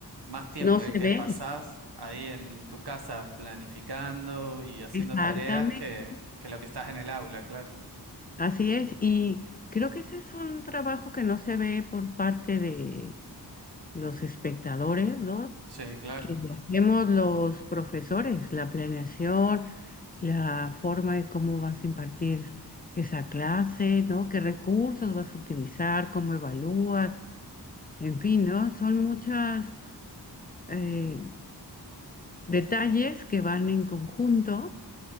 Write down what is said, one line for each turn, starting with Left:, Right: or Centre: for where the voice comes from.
Right: más tiempo
Left: no se
Right: el que
Left: ve.
Right: pasás ahí en tu casa planificando y haciendo
Left: Exactamente.
Right: tareas que, que lo que estás en el aula, claro.
Left: Así es. Y creo que ese es un trabajo que no se ve por parte de los espectadores, ¿no?
Right: Sí, claro.
Left: Que hacemos los profesores, la planeación, la forma de cómo vas a impartir esa clase, ¿no? ¿Qué recursos vas a utilizar, cómo evalúas? En fin, ¿no? Son muchas eh, Detalles que van en conjunto